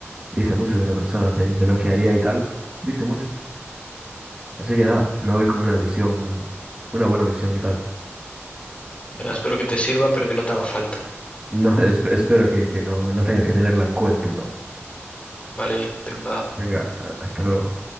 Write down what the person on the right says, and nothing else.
dice mucho de una persona de, de lo que haría y tal, dice mucho. Así que nada, me voy con una visión, una buena visión y tal.
No, <laughs> es- espero que, que no, no tenga que tenerla en cuenta, ¿no?
Venga, hasta luego.